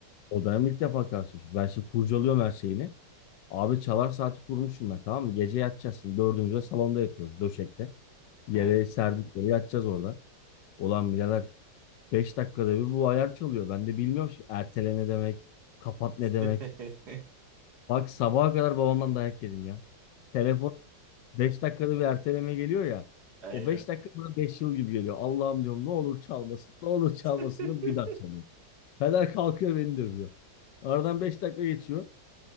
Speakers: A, on the left; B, on the right.
A: O dönem ilk defa karşılaşıyoruz. Ben şimdi kurcalıyorum her şeyini. Abi Çalar Saati kurmuşum ben tamam mı? Gece yatacağız şimdi. Dördümüzde salonda yatıyoruz döşekte. Yere
B: He.
A: serdik böyle yatacağız orada. Ulan birader 5 dakikada bir bu alarm çalıyor. Ben de bilmiyorum şimdi ertele ne demek, kapat
B: <laughs>
A: ne demek. Bak sabaha kadar babamdan dayak yedim ya. Telefon 5 dakikada bir erteleme geliyor ya.
B: Aynen.
A: O 5 dakika bana 5 yıl gibi geliyor. Allah'ım diyorum ne olur çalmasın. Ne olur çalmasın
B: <laughs>
A: diyorum, bir daha çalıyor. Peder kalkıyor beni dövüyor. Aradan 5 dakika geçiyor.